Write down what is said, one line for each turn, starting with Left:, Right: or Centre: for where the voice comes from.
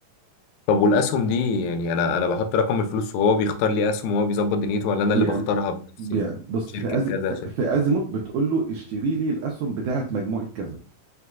Left: طب والاسهم دي يعني انا انا بحط رقم الفلوس وهو بيختار لي اسهم وهو بيظبط دنيته ولا انا
Right: بيع
Left: اللي بختارها بنفسي
Right: بيع بص
Left: شركة
Right: في أز...
Left: كذا
Right: في
Left: شركة
Right: في
Left: كذا
Right: ازيموت بتقول له اشتري لي الاسهم بتاعت مجموعه كذا